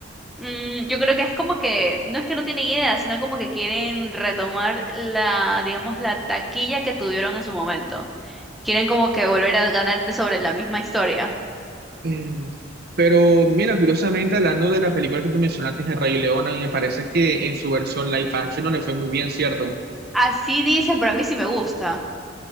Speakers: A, in the centre; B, on the right.
A: Mm, yo creo que es como que, no es que no tienen idea, sino como que quieren retomar la, digamos, la taquilla que tuvieron en su momento. Quieren como que volver a ganar sobre la misma historia.
B: Mm, Pero mira, curiosamente, hablando de la película que tú mencionaste, El Rey León, a mí me parece que en su versión live action no le fue muy bien, ¿cierto?
A: Así dicen, pero a mí sí me gusta.